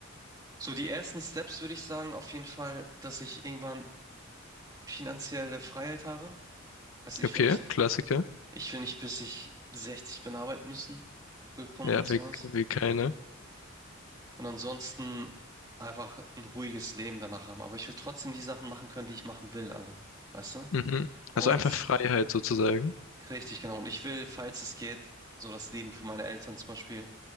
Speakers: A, on the right; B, on the left.
A: So, die ersten Steps würde ich sagen, auf jeden Fall, dass ich irgendwann finanzielle Freiheit habe. Also ich
B: okay,
A: will nicht,
B: Klassiker.
A: ich will nicht, bis ich 60 bin arbeiten müssen, gekommen
B: Ja,
A: und sowas.
B: will, will keiner.
A: Und ansonsten einfach ein ruhiges Leben danach haben. Aber ich will trotzdem die Sachen machen können, die ich machen will, alle. Weißt du?
B: Mhm.
A: Und
B: Also einfach Freiheit sozusagen.
A: richtig, genau. Und ich will, falls es geht, so das Leben für meine Eltern zum Beispiel